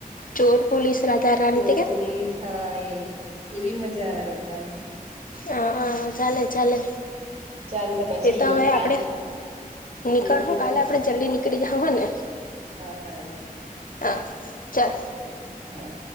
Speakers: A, on the left (about 65°); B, on the right (about 45°).
A: ચોર પોલીસ રાધા રાની
B: ચોર
A: તે કે
B: પોલીસ હા એ. એવી મજા આવે રમવાની.
A: હ હ ચાલે ચાલે.
B: ચાલ તો પછી
A: એ હવે
B: કાલ
A: આપડે નીકળ
B: તે દિવસે
A: હું કાલે આપડે જલ્દી નીકળી જાહું હને
B: હારૂ.
A: હા ચાલ.
B: હા.